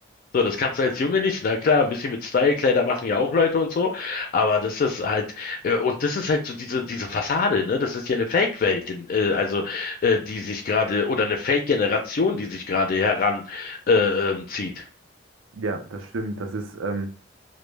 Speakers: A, on the left (about 45°); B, on the right (about 85°).
A: So, das kannst du als Junge nicht. Na klar, ein bisschen mit Style, Kleider machen ja auch Leute und so, aber das ist halt, äh, und das ist halt so diese, diese Fassade, ne? Das ist ja eine Fake-Welt, in- äh, also äh, die sich gerade, oder eine Fake-Generation, die sich gerade heran äh, ähm, zieht.
B: ja, das stimmt. Das ist, ähm,